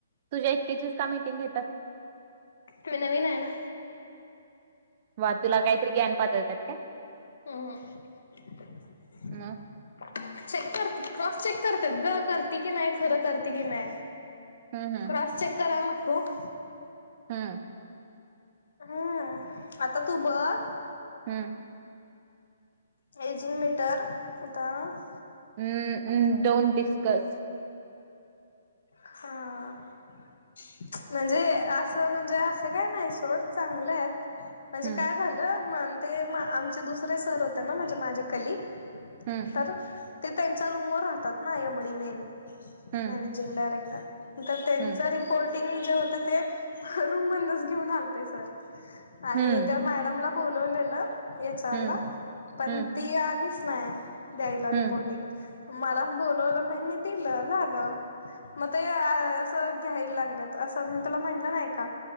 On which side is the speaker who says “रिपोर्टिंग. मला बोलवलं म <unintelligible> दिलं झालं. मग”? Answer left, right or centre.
Left